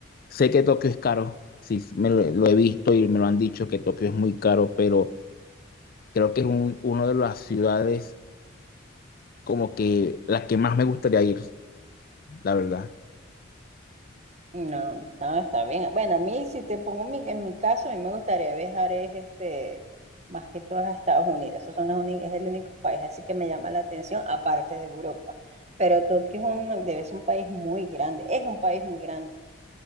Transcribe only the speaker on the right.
No, no, está bien. Bueno, a mí, si te pongo mi- en mi caso, a mí me gustaría viajar es este, más que todo a Estados Unidos. Esos son los uni- es el único país así que me llama la atención, aparte de Europa. Pero Tokio es un, debe ser un país muy grande, es un país muy grande,